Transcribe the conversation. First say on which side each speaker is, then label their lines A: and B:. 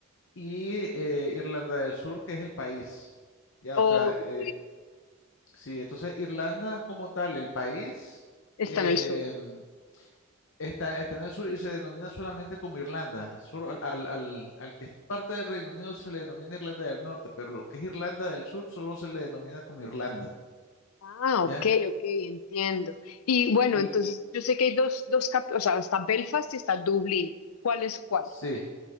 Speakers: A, on the left; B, on the left.
A: y eh, Irlanda del Sur, que es el país. Ya,
B: Ok,
A: o sea, eh, sí, entonces Irlanda como tal, el país.
B: está
A: em,
B: en el sur.
A: Está, está en el sur y se denomina solamente como Irlanda. Solo al, al, al- al que es parte del Reino Unido se le denomina Irlanda del Norte, pero lo que es Irlanda del Sur solo se le denomina como Irlanda,
B: ah,
A: ¿ya?
B: ok, ok, entiendo. Y bueno,
A: Y
B: entonces yo sé que hay dos, dos cap- o sea, está Belfast y está Dublín. ¿Cuál es cuál?
A: sí,